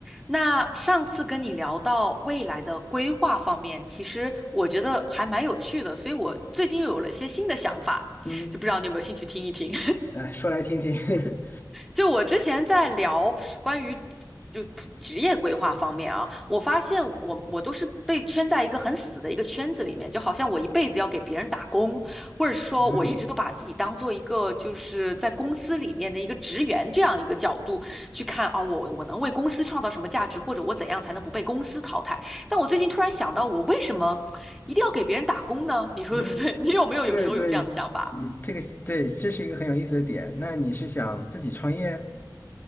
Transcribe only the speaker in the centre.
那上次跟你聊到未来的规划方面，其实我觉得还蛮有趣的，所以我最近又有了一些新的想法，
就不知道你有没有兴趣听一听。
就我之前在聊关于就普职业规划方面啊，我发现我我都是被圈在一个很死的一个圈子里面，就好像我一辈子要给别人打工，或者是说我一直都把自己当做一个就是在公司里面的一个职员这样一个角度去看啊，
我我能为公司创造什么价值，或者我怎样才能不被公司淘汰。但我最近突然想到，我为什么一定要给别人打工呢？你说对不对？
<laughs> 你有没有有时候有这样的想法？